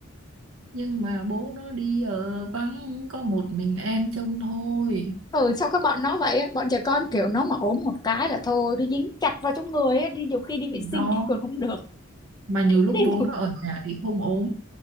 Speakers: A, on the right; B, on the left.
A: nhưng mà bố nó đi ở vắng có một mình em trông thôi
B: ừ sao các bọn nó vậy á? bọn trẻ con kiểu nó mà ốm một cái là thôi nó dính chặt vào trong người á, đi nhiều khi đi
A: đó
B: vệ sinh thì còn không được
A: mà nhiều
B: Nó
A: lúc
B: đi
A: bố
B: một
A: nó ở nhà thì không ốm